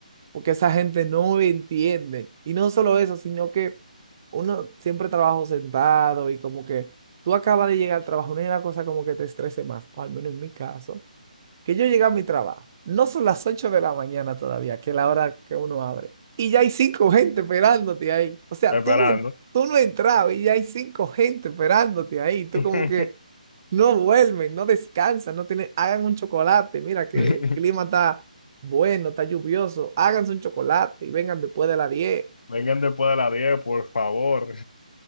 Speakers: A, on the right; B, on the left.
A: porque esa gente no entiende. Y no solo eso, sino que uno siempre trabaja sentado y como que tú acabas de llegar al trabajo, no hay una cosa como que te estrese más, o al menos en mi caso que yo llegué a mi trabajo, no son las 8 de la mañana todavía, que es la hora que uno abre, y ya hay cinco gente esperándote ahí. O sea,
B: Esperando.
A: tú no, en- tú no entrabas y ya hay cinco gente esperándote ahí. Tú
B: <laughs>
A: como que no duermen, no descansan, no tienen, hagan un chocolate. Mira que
B: Vengan,
A: el clima está bueno, está lluvioso, háganse un chocolate y vengan después de las diez
B: vengan después de las diez por favor.